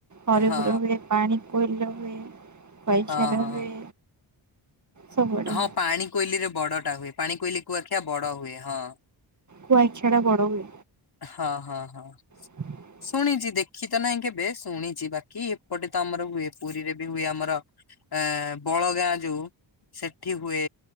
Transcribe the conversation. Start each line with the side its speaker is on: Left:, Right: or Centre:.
Right: ହରିପୁର
Left: ହଁ
Right: ହୁଏ ପାଣି କୋଇଲିରେ ହୁଏ କୁଆଖିଆ
Left: ହଁ
Right: ରେ
Left: ହଁ
Right: ହୁଏ। ସବୁଆଡେ।
Left: ହଁ! ପାଣି କୋଇଲି ରେ ବଡ ଟା ହୁଏ, ପାଣି କୋଇଲି, କୁଆଖିଆ ବଡ ହୁଏ ହଁ।
Right: କୁଆଖିଆ ଟା ବଡ ହୁଏ।
Left: ହଁ-ହଁ-ହଁ!
Right: <unintelligible>
Left: ଶୁଣିଛି, ଦେଖିତ ନାହିଁ କେବେ, ଶୁଣିଛି ବାକି ଏପଟେ ତମର ହୁଏ, ପୁରୀରେ ବି ହୁଏ ଆମର ଏଁ ବଳ ଗାଁ ଯୋଉ ସେଠି ହୁଏ।